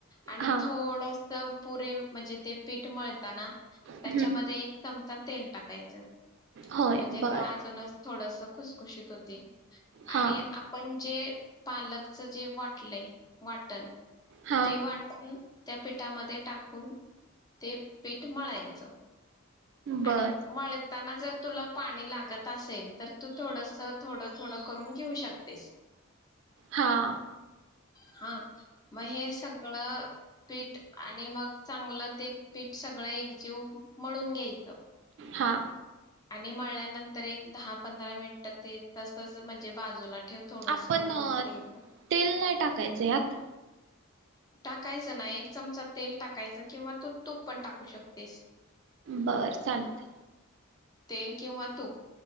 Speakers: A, on the left; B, on the right.
A: आणि
B: हा हा
A: थोड पुरे म्हणजे ते पीठ मळताना त्याच्यामध्ये
B: हम्म
A: एक चमचा तेल टाकायचं.
B: होय
A: म्हणजे
B: बर
A: ते अजूनच थोडस खुसखुशीत होतील.
B: हा
A: आणि आपण जे पालकच जे वाटलंय वाटण
B: हा
A: ते वाटण त्या पीठामध्ये टाकून ते पीठ मळायचं.
B: बर
A: आणि मळताना जर तुला पाणी लागत असेल तर तू थोडस थोडं थोडं करून घेऊ शकतेस.
B: हां.
A: हा. मग हे सगळं पीठ आणि मग चांगलं ते पीठ सगळं एकजीव मळून घ्यायचं.
B: हा.
A: आणि मळल्यानंतर एक दहा पंधरा मिनिट ते तसच म्हणजे बाजूला ठेव. थोडस
B: आपण
A: मोरून द्यायचं
B: तेल नाही टाकायचं यात
A: टाकायचं ना एक चमचा तेल टाकायचं किंवा तू तूप पण टाकू शकतेस.
B: बर चालते
A: तेल किंवा तूप